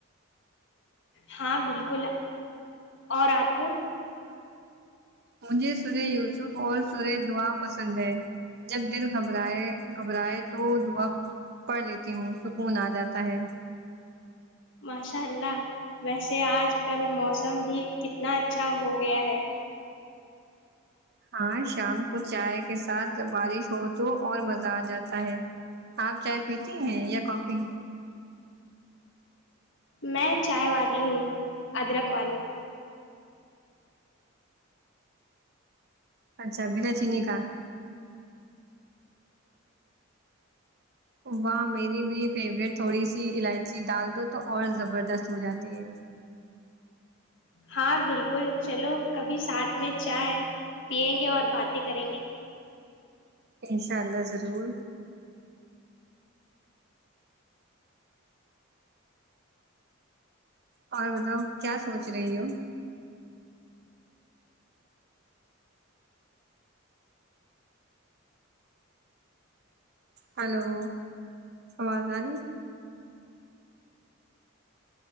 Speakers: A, on the left; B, on the right.
A: ہاں بالکل اور آپ کو
B: مجھے سورہ یوسف اور سورۂ دعا پسند ہے جب دل گھبرائے گھبرائے تو دعا پڑھ لیتی ہوں سکون آ جاتا ہے
A: ماشاء اللہ ویسے آج کل موسم بھی کتنا اچھا ہو گیا ہے
B: ہاں شام کو چائے کے ساتھ بارش ہو تو اور مزہ آ جاتا ہے آپ چائے پیتی ہیں یا کافی
A: میں چائے والی ہوں ادرک والی
B: اچھا بنا چینی کا واہ میری بھی فیوریٹ تھوڑی سی الائچی ڈال دو تو اور زبردست ہو جاتی ہے
A: ہاں بالکل چلو کبھی ساتھ میں چائے پیئیں گے اور باتیں کریں گے
B: انشاء اللہ ضرور اور بتاؤ کیا سوچ رہی ہو ہلو آواز آ رہی